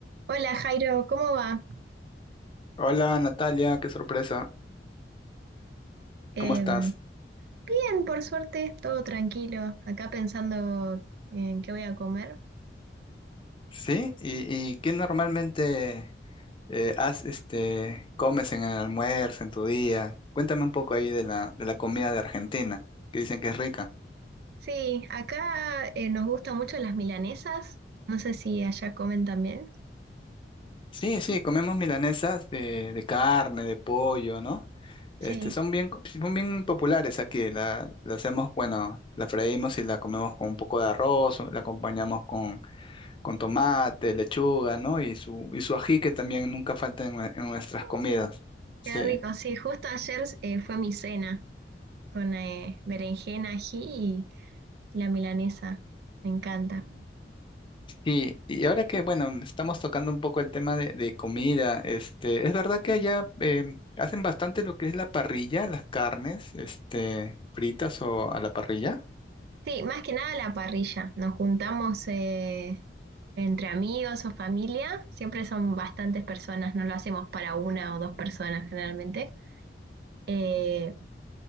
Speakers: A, on the right; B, on the left.
A: Hola Jairo, ¿cómo va?
B: Hola Natalia, qué sorpresa,
A: Eh,
B: ¿cómo estás?
A: bien, por suerte, todo tranquilo. Acá pensando en qué voy a comer.
B: ¿Sí? ¿Y, y qué normalmente eh, has, este, comes en el almuerzo, en tu día? Cuéntame un poco ahí de la, de la comida de Argentina, que dicen que es rica.
A: Sí, acá eh, nos gustan mucho las milanesas. No sé si allá comen también.
B: Sí, sí, comemos milanesas de, de carne, de pollo, ¿no? Este,
A: Sí,
B: son bien, co- son bien populares aquí, la, la hacemos, bueno, la freímos y la comemos con un poco de arroz, la acompañamos con tomate, lechuga, ¿no? Y su, y su ají que también nunca falta en, nue- en nuestras
A: Uh.
B: comidas. Sí.
A: qué rico. Sí, justo ayer eh, fue mi cena con eh, berenjena, ají y la milanesa. Me encanta.
B: Y, y ahora que, bueno, estamos tocando un poco el tema de, de comida, este, es verdad que allá em, hacen bastante lo que es la parrilla, las carnes, este, fritas o a la parrilla.
A: Sí, más que nada la parrilla. Nos juntamos eh, entre amigos o familia. Siempre son bastantes personas, no lo hacemos para una o dos personas generalmente. Eh,